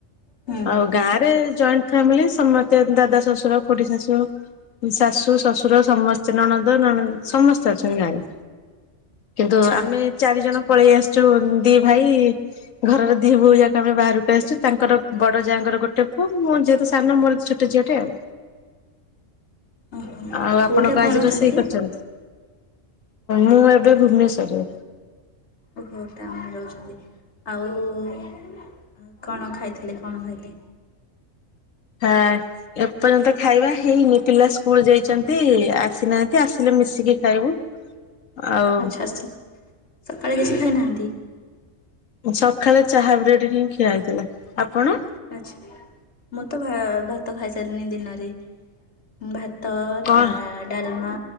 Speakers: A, on the left; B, on the left.
A: ହୁଁ
B: ଆଉ ଗାଁରେ ଜଏଣ୍ଟ୍ ଫ୍ୟାମିଲି, ସମସ୍ତେ ଦାଦା ଶ୍ୱଶୁର, ଖୁଡ଼ୀ ଶାଶୁ ଶାଶୁ, ଶ୍ୱଶୁର ସମସ୍ତେ ନଣନ୍ଦ, ନଣ ସମସ୍ତେ ଅଛନି ଗାଁରେ। କିନ୍ତୁ,
A: ଆଚ୍ଛା
B: ଆମେ ଚାରି ଜଣ ପଳେଇ ଆସିଚୁ ଦି ଭାଇ-ଇ, ଘରର ଦି‌ ବୋହୂ ଯାକ ଆମେ ବାହାରକୁ ଆସିଚୁ ତାଙ୍କର ବଡ଼ ଯାଆଙ୍କର ଗୋଟେ ପୁଅ ମୁଁ ଯେହେତୁ ସାନ ମୋର ଛୋଟ ଝିଅଟେ ଆଉ।
A: ଓହୋ
B: ଆଉ ଆପଣ
A: କୋଉଠି
B: କଣ ଆଜି
A: ରହୁଛନ୍ତି
B: ରୋଷେଇ
A: କି?
B: କରିଚନ୍ତି? ମୁଁ ଏବେ ଭୁବନେଶ୍ବରରେ।
A: ଓହୋ ଟାଉନରେ ରହୁଛନ୍ତି ଆଉ କଣ ଖାଇଥିଲେ କଣ ଖାଇଲେ?
B: ହଁ। <inaudible> ଏପର୍ଯ୍ୟନ୍ତ ଖାଇବା ହେଇନି ପିଲା ସ୍କୁଲ ଯାଇଚନ୍ତି। ଆସିନାହାନ୍ତି ଆସିଲେ ମିଶିକି ଖାଇବୁ। ଆଉ
A: ଆଚ୍ଛା ଆସୁ ସକାଳେ କିଛି ଖାଇନାହାନ୍ତି?
B: ସକାଳେ ଚାହା ବ୍ରେଡ ହିଁ ଖିଆ ହେଇଥିଲା ଆପଣ?
A: ଆଛା ମୁଁ ତ ଭା-ଭାତ ଖାଇସାରିଲିଣି ଦିନରେ। ଭାତ
B: କଣ
A: ଟା ଡାଲମା